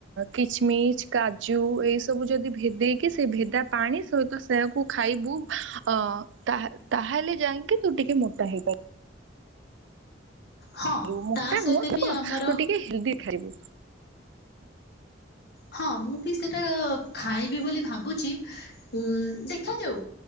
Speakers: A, on the right; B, on the left.
A: କିଚମି କାଜୁ ଏଇ ସବୁ ଯଦି ଭେଦେଇକି ସେ ଭେଦା ପାଣି ସହିତ ସେକୁ ଖାଇବୁ ଅ ତା ତାହେଲେ ଯାଇକି ତୁ ଟିକେ ମୋଟା ହେଇପାରିବୁ।
B: ହଁ
A: ମୋ ମୋଟା
B: ତା ସହିତ
A: ନୁହଁ
B: ବି
A: ମୁହଁ
B: ଆମର
A: ତୁ ଟିକେ ହେଲ୍ଦି ଖାଇବୁ?
B: ହଁ ମୁଁ ବି ସେଟା ଖାଇବି ବୋଲି ଭାବୁଛି ଉ ଦେଖାଯାଉ।